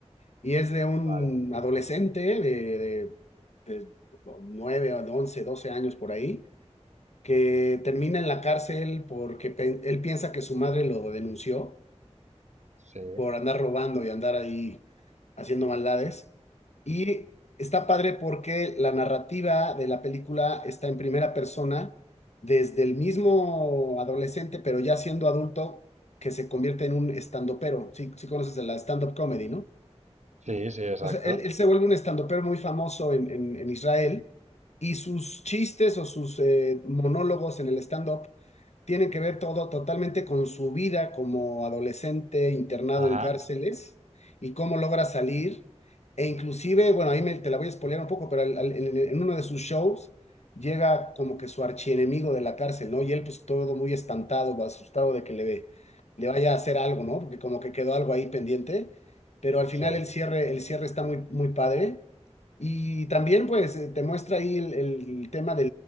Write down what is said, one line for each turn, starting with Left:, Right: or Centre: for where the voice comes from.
Left: y es de un
Right: vale.
Left: adolescente de, de, de 9, o de 11, 12 años por ahí, que termina en la cárcel porque pe- él piensa que su madre lo denunció
Right: Sí,
Left: por andar robando y andar ahí haciendo maldades. Y está padre porque la narrativa de la película está en primera persona desde el mismo adolescente, pero ya siendo adulto, que se convierte en un estandopero. Sí, sí conoces de la stand-up comedy, ¿no?
Right: sí, sí, exacto.
Left: O sea, él, él se vuelve un estandopero muy famoso en, en- en Israel y sus chistes o sus eh, monólogos en el stand-up tienen que ver todo totalmente con su vida como adolescente internado
Right: Ajá,
Left: en cárceles y cómo logra salir. E inclusive, bueno, ahí me, te la voy a spoilear un poco, pero al- al- en, en uno de sus shows llega como que su archienemigo de la cárcel, ¿no? Y él pues todo muy espantado, asustado de que le, ve- le vaya a hacer algo, ¿no? Porque como que quedó algo ahí pendiente, pero al final
Right: sí,
Left: el cierre, el cierre está muy, muy padre. Y también, pues, eh, te muestra ahí el, el tema de